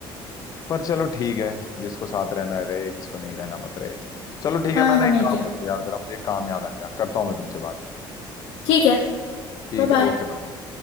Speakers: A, on the left; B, on the left.
A: पर चलो ठीक है जिसको साथ रहना है रहे जिसको नहीं रहना मत रहे चलो ठीक है
B: हाँ
A: मैंने
B: हमें
A: एक काम
B: क्या
A: करता हूँ यार जरा मुझे एक काम याद आ गया करता हूँ मैं तुमसे बात
B: ठीक है
A: ठीक
B: Bye bye
A: है ओके बाय